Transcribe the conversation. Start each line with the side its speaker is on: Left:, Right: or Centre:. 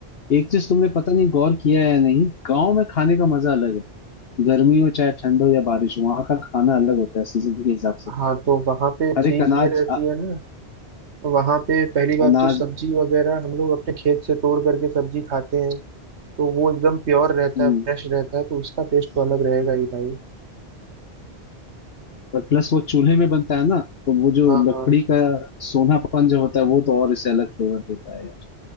Left: एक चीज तुमने पता नहीं गौर किया है या नहीं गाँव में खाने का मजा अलग है गर्मी हो चाहे ठंड हो या बारिश हो वहां का खाना अलग होता है सीजन के हिसाब से
Right: हाँ तो वहाँ पे चीज
Left: हर एक अनाज
Right: ये रहती
Left: अ-
Right: है ना वहाँ पे पहली बात
Left: अनाज
Right: तो सब्जी वगैरह हम लोग अपने खेत से तोड़ करके सब्जी खाते हैं तो वो एकदम प्योर रहता
Left: हम्म,
Right: है फ्रेश रहता है तो उसका टेस्ट तो अलग रहेगा ही भाई
Left: और प्लस वो चूल्हे में बनता है ना तो वो जो
Right: हाँ
Left: लकड़ी
Right: हाँ
Left: का सोनापन जो होता है वो तो और इसे अलग फ्लेवर देता है यार